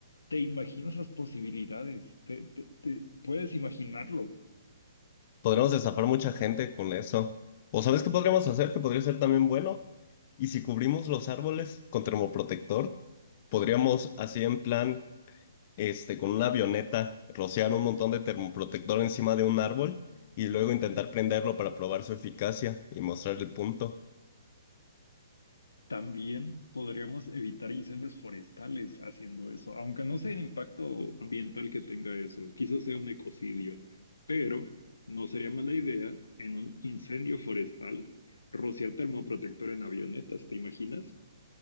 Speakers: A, on the left; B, on the left.
A: te imaginas las posibilidades, te, te- te- puedes imaginarlo.
B: Podremos estafar mucha gente con eso. ¿O sabes qué podríamos hacer? Que podría ser también bueno. Y si cubrimos los árboles con termoprotector, podríamos así en plan este, con una avioneta, rociar un montón de termoprotector encima de un árbol y luego intentar prenderlo para probar su eficacia y mostrar el punto.
A: También podríamos evitar incendios forestales haciendo eso, aunque no sea el impacto ambiental que tenga eso, quizás sea un ecocidio, pero no sería mala idea en un incendio forestal rociar termoprotector en avionetas, ¿te imaginas?